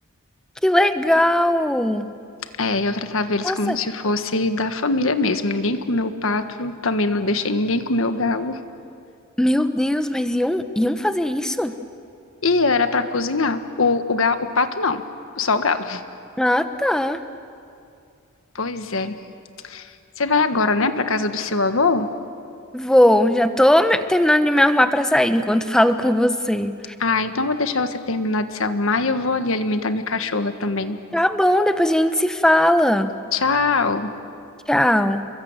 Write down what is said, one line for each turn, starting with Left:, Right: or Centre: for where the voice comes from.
Centre: Que legal!
Left: É, eu tratava eles
Centre: Nossa,
Left: como se fosse da família mesmo. Ninguém comeu o pato, também não deixei ninguém comer o galo.
Centre: meu Deus, mas iam, iam fazer isso?
Left: E era pra cozinhar. O, o, ga- o pato não, só o galo.
Centre: Ah, tá.
Left: Pois é. Você vai agora, né, pra casa do seu avô?
Centre: Vou, já tô me- terminando de me arrumar pra sair enquanto <laughs> falo com você.
Left: Ah, então vou deixar você terminar de se arrumar e eu vou ali alimentar minha cachorra também.
Centre: Tá bom, depois a gente se fala.
Left: Tchau!
Centre: Tchau.